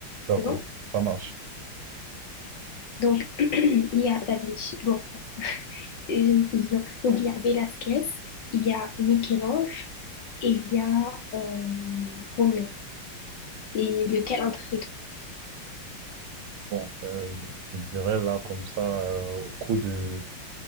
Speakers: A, on the right; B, on the left.
A: d'accord,
B: C'est bon?
A: ça marche.
B: Donc, <clears throat> il y a Da Vinci. Bon, Et je me suis dit non. Donc, il y a Velasquez, il y a Michel-Ange et il y a euh, Roméo. Et lequel entre ces trois?
A: Bon, euh, je dirais là comme ça, euh, au coup de,